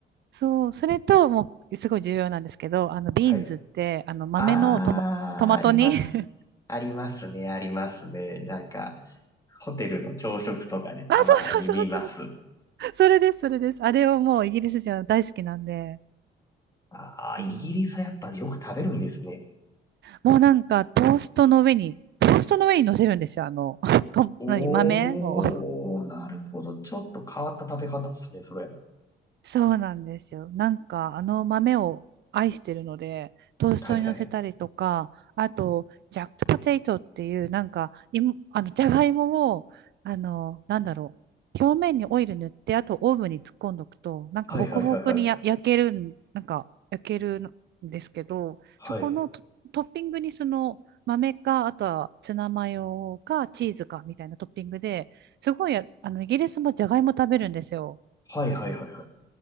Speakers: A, on the right; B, on the left.
A: そう、それと、もう、すごい重要なんですけど、あの、ビーンズって、
B: はい。
A: あの、豆のトマ、
B: あー、
A: トマト煮
B: あります。
A: <laughs>
B: ありますね、ありますね。なんか、ホテルの朝食とかでたまに見ます。
A: あ、そうそうそうそうそう、それです、それです。あれをもうイギリス人は大好きなんで、
B: あー、
A: うん
B: イギリスはやっぱよく食べるんですね。
A: もうなんか、トーストの上に、トーストの上に乗せるんですよ。あの、<laughs> と、
B: おー、
A: 何、豆を。
B: なるほど。ちょっと変わった食べ方ですね、それ。
A: そうなんですよ。なんかあの豆を愛してるので、トーストに乗せたりとか、
B: はいはい。
A: あと、ジャックポテイトっていう、なんか、いもあの、じゃがいもを、あの、なんだろう、表面にオイル塗って、あとオーブンに突っ込んどくと、なんかホクホクにや焼けるん、
B: はいはいはいはい。
A: なんか焼けるんですけど、
B: はい。
A: そこのト、トッピングにその豆か、あとはツナマヨかチーズかみたいなトッピングで、すごい、あの、イギリスもじゃがいも食べるんですよ。
B: はいはいはいは